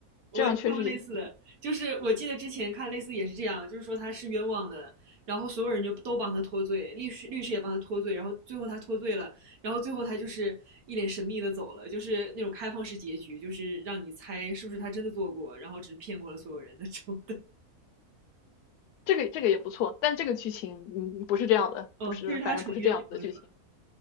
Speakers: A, on the right; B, on the left.
A: 我看过类似的，
B: 这样确实也行，
A: 就是我记得之前看类似也是这样，就是说他是冤枉的，然后所有人就都帮他脱罪，律师律师也帮他脱罪，然后最后他脱罪了，然后最后他就是一脸神秘的走了，就是那种开放式结局，就是让你猜是不是他真的做过，然后只是骗过了所有人那种的。
B: 这个这个也不错，但这个剧情嗯不是这样的，
A: 哦，
B: 不是，
A: 就是他纯冤枉是吧？
B: 反正不是这样子的剧情，